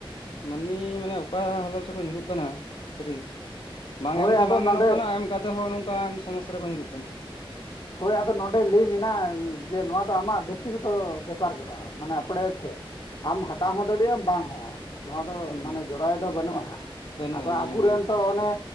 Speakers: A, on the left; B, on the left.
A: ᱢᱟᱹᱱᱢᱤ ᱢᱟᱱᱮ ᱚᱠᱟ ᱦᱟᱞᱚᱛ ᱨᱮᱠᱚ ᱧᱩᱨᱩᱜ ᱠᱟᱱᱟ ᱥᱟᱹᱨᱤᱜᱮ ᱵᱟᱝ
B: ᱦᱳᱭ
A: ᱮᱢ ᱛᱮᱦᱚᱸ
B: ᱟᱫᱚ
A: ᱵᱟᱝ
B: ᱱᱚᱰᱮ
A: ᱜᱟᱱᱚᱜ ᱠᱟᱱᱟ ᱮᱢ ᱠᱟᱛᱮ ᱦᱚᱸ ᱱᱚᱝᱠᱟᱱ ᱥᱚᱢᱚᱥᱟ ᱨᱮᱠᱚ ᱧᱩᱨᱩᱜ ᱠᱟᱱᱟ᱾
B: ᱦᱳᱭ ᱟᱫᱚ ᱱᱚᱸᱰᱮ ᱞᱟᱹᱭ ᱢᱮᱱᱟᱜ-ᱟ ᱡᱮ ᱱᱚᱣᱟ ᱫᱚ ᱟᱢᱟᱜ ᱵᱮᱠᱛᱤᱜᱚᱛᱚ ᱵᱮᱯᱟᱨ ᱠᱟᱱᱟ ᱢᱟᱱᱮ ᱟᱯᱲᱮ ᱴᱷᱮᱡ ᱟᱢ ᱦᱟᱛᱟᱣ ᱦᱚᱸ ᱫᱟᱲᱮᱭᱟᱜ-ᱟᱢ ᱵᱟᱝ ᱦᱚᱸ ᱱᱚᱣᱟ ᱫᱚ
A: ᱦᱩᱸ
B: ᱢᱟᱱᱮ ᱡᱚᱨᱟᱭ ᱫᱚ ᱵᱟᱹᱱᱩᱜᱼᱟ ᱦᱟᱸᱜ
A: ᱵᱟᱹᱱᱩᱜᱼᱟ
B: ᱟᱫᱚ
A: ᱱᱤᱭᱟᱹ
B: ᱟᱵᱩᱨᱮᱱ
A: ᱦᱮᱸ
B: ᱛᱚ ᱚᱱᱮ